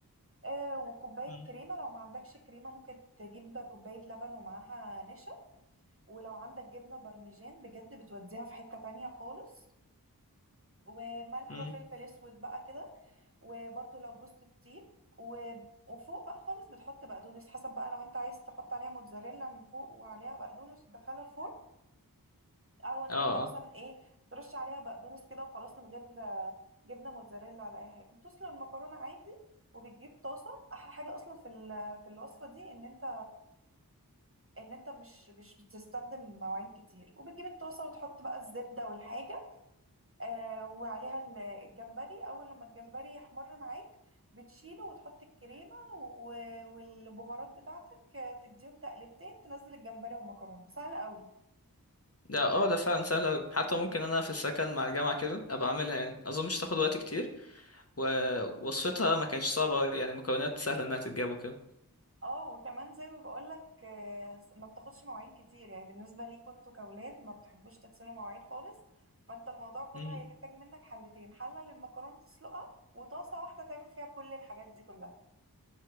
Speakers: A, on the right; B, on the left.
A: آه وكوباية
B: مم.
A: كريمة لو ما عندكش كريمة ممكن تجيب كوباية لبن ومعاها نشا ولو عندك جبنة بارميجان بجد بتوديها في حتة تانية خالص وملح
B: مم.
A: وفلفل اسود بقى كده وبرده لو جوزة الطيب و... وفوق بقى خالص بتحط بقدونس حسب بقى لو انت عايز تحط عليها موتزاريلا من فوق وعليها بقدونس وتدخلها الفرن او ان
B: اه
A: انت مثلا
B: اه
A: ايه ترش عليها بقدونس كده وخلاص من غير آه، جبنة موتزاريلا ولا اي حاجة بتسلق المكرونة عادي وبتجيب طاسة احلى حاجة اصلا في ال- في الوصفة دي ان انت ان انت مش مش بتستخدم مواعين كتير وبتجيب الطاسه وتحط بقى الزبده والحاجه آه وعليها ال- الجمبري اول لما الجمبري يحمر معاك بتشيله وتحط الكريمه و- والبهارات بتاعتك آه، تديهم تقلبتين تنزل الجمبري والمكرونه سهله قوي
B: ده اه ده فعلا سهل اوي حتى ممكن انا في السكن مع الجامعة كده ابقى اعملها يعني اظن مش تاخد وقت كتير ووصفتها ما كانتش صعبة يعني مكونات سهلة انها تتجاب وكده
A: اه وكمان زي ما بقول لك ما بتاخدش مواعين كتير يعني بالنسبه ليكوا انتوا كاولاد ما بتحبوش تغسلوا مواعين خالص فانت الموضوع كله
B: مم.
A: هيحتاج منك حلتين حله للمكرونه تسلقها وطاسه واحده تعمل فيها كل الحاجات دي كلها